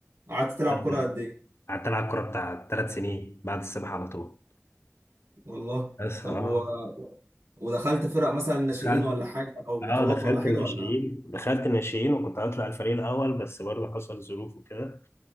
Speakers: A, on the right; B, on the left.
A: قعدت تلعب
B: لا،
A: كوره
B: لا.
A: قد ايه
B: قعدت ألعب كورة بتاع ثلاث سنين بعد السباحة على طول
A: والله
B: بس
A: طب
B: اه
A: و... ودخلت فرق مثلا ناشئين
B: دخلت
A: ولا حاجه او بطولات
B: اه دخلت
A: ولا حاجه
B: الناشئين
A: ولا
B: دخلت الناشئين وكنت هطلع الفريق الأول بس برضه حصل ظروف وكده